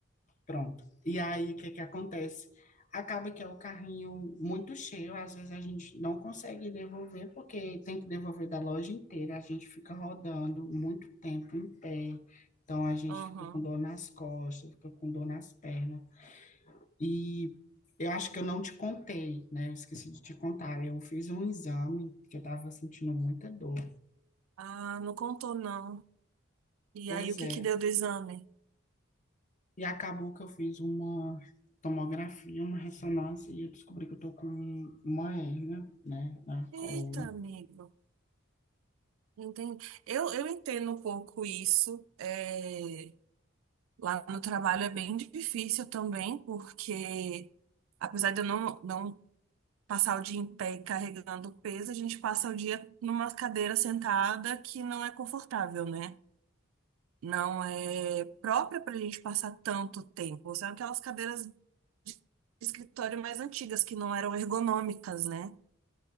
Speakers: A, on the left (about 35°); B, on the right (about 85°).
A: pronto. E aí o que que acontece? Acaba que é o carrinho muito cheio, às vezes a gente não consegue devolver porque tem que devolver da loja inteira, a gente fica rodando muito tempo em pé. Então a gente
B: Uhum.
A: fica com dor nas costas, fica com dor nas pernas. E eu acho que eu não te contei, né? Eu esqueci de te contar. Eu fiz um exame que eu estava sentindo muita dor.
B: Ah, não contou, não. E
A: Pois
B: aí o que
A: é.
B: que deu do exame?
A: E acabou que eu fiz uma tomografia, uma ressonância e eu descobri que eu tô com uma hérnia, né, na coluna.
B: Eita, amigo. Entendi. Eu, eu entendo um pouco isso. É, Lá no trabalho é bem difícil também, porque apesar de eu não, não passar o dia em pé carregando peso, a gente passa o dia numa cadeira sentada que não é confortável, né? não é própria para a gente passar tanto tempo. São aquelas cadeiras de escritório mais antigas que não eram ergonômicas, né?